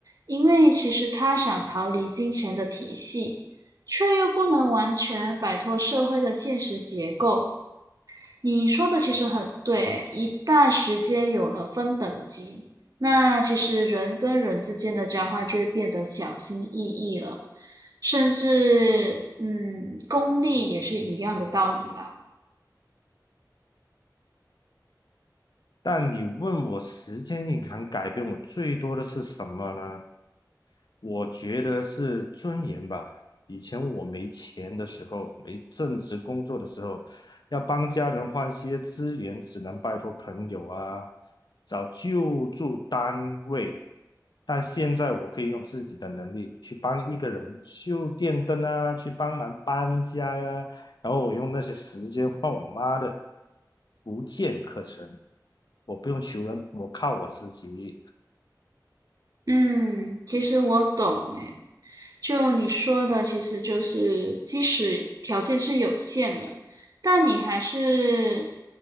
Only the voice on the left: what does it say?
但你问我时间银行改变我最多的是什么呢？我觉得是尊严吧。以前我没钱的时候，没正职工作的时候，要帮家人换些资源，只能拜托朋友啊，找救助单位。但现在我可以用自己的能力去帮一个人修电灯啊，去帮忙搬家呀、然后我用那些时间换我妈的福建课程，我不用求人，我靠我自己。